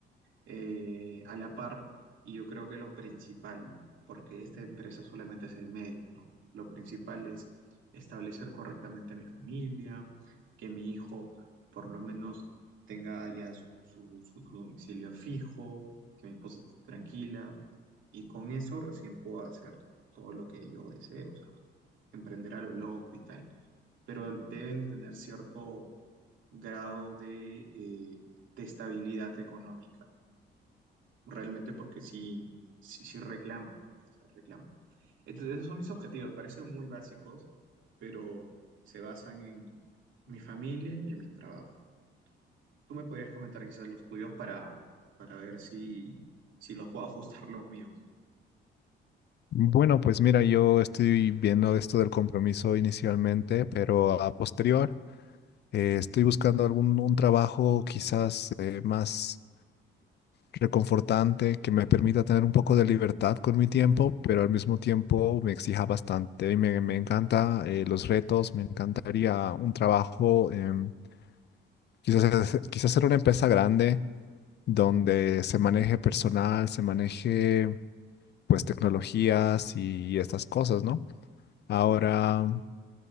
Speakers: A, on the right; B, on the left.
A: eh, a la par y yo creo que lo principal, porque esta empresa solamente es el medio, ¿no? Lo principal es establecer correctamente a mi familia, que mi hijo por lo menos tenga ya su, su- su- su domicilio fijo, que mi esposa esté tranquila y con eso recién puedo hacer todo lo que yo deseo, o sea, emprender a lo loco y tal, pero deben de tener cierto grado de, eh, de estabilidad económica realmente porque sí, sí, sí reclaman en casa, reclaman. Entonces, esos son mis objetivos, parecen muy básicos, pero se basan en mi familia y en mi trabajo. Tú me podrías comentar quizás los tuyos para, para ver si, si los puedo ajustar los míos.
B: Bueno, pues mira, yo estoy viendo esto del compromiso inicialmente, pero a posterior eh, estoy buscando algún un trabajo quizás eh, más reconfortante, que me permita tener un poco de libertad con mi tiempo, pero al mismo tiempo me exija bastante. Y me, me encanta eh, los retos, me encantaría un trabajo, em, quizás, hacer- quizás ser una empresa grande donde se maneje personal, se maneje pues tecnologías y, estas cosas, ¿no? Ahora...
A: Mm,